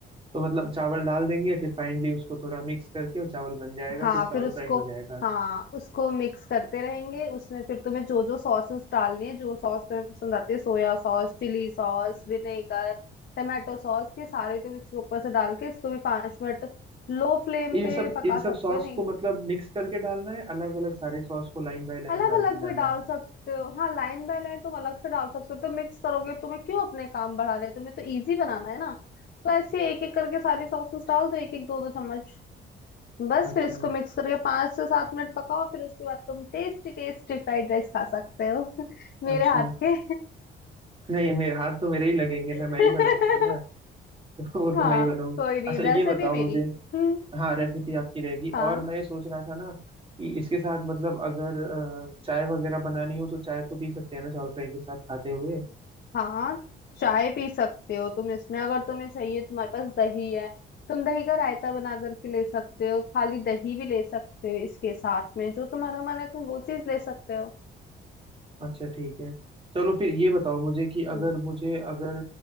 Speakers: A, on the right; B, on the left.
A: तो मतलब चावल डाल देंगे फिर फाइनली उसको थोड़ा मिक्स करके वो चावल बन जाएगा
B: हाँ
A: फिर चावल
B: फिर उसको
A: फ्राई हो जाएगा
B: हाँ उसको मिक्स करते रहेंगे उसमें फिर तुम्हें जो जो सॉसेस डालनी है जो सॉस तुम्हें पसंद आती है soya sauce chilli sauce vinegar tomato sauce ये सारे तुम इसके ऊपर से डाल के इसको भी पांच मिनट लो फ्लेम
A: इन
B: पे
A: सब
B: पका
A: इन सब
B: सकते
A: सॉस
B: हो नहीं
A: को मतलब मिक्स करके डालना है अलग अलग सारे सॉस को लाइन बाय लाइन
B: अलग
A: डालते
B: अलग
A: जाना
B: भी डाल
A: है
B: सकते हो हाँ लाइन बाय लाइन तुम अलग से डाल सकते हो तो मिक्स करोगे तुम्हें क्यों अपने काम बढ़ा रहे हैं तुम्हें तो इजी बनाना है ना तो ऐसे एक एक करके सारी सॉसेस डाल दो एक एक दो दो चम्मच बस
A: अच्छा
B: फिर इसको मिक्स करके पांच से सात मिनट पकाओ फिर उसके बाद तुम टेस्टी टेस्टी फ्राइड राइस खा सकते हो <laughs> मेरे
A: अच्छा
B: हाथ के
A: नहीं मेरे हाथ तो मेरे ही लगेंगे ना
B: <laughs>
A: मैं ही बनाऊंगा ना <laughs> तो वो तो
B: हाँ
A: मैं ही बनाऊंगा
B: कोई नहीं
A: अच्छा
B: रेसिपी
A: ये बताओ
B: मेरी
A: मुझे
B: <laughs> हम्म,
A: हाँ रेसिपी आपकी रहेगी
B: हाँ
A: और मैं सोच रहा था ना कि इसके साथ मतलब अगर अ, चाय वगैरह बनानी हो तो चाय तो पी सकते हैं ना चावल फ्राई के साथ खाते हुए
B: हाँ चाय पी सकते हो तुम इसमें अगर तुम्हें चाहिए तुम्हारे पास दही है तुम दही का रायता बना करके ले सकते हो खाली दही भी ले सकते हो इसके साथ में जो तुम्हारा मन है तुम वो चीज ले सकते हो
A: अच्छा ठीक है चलो फिर ये बताओ मुझे कि अगर
B: हम्म,
A: मुझे अगर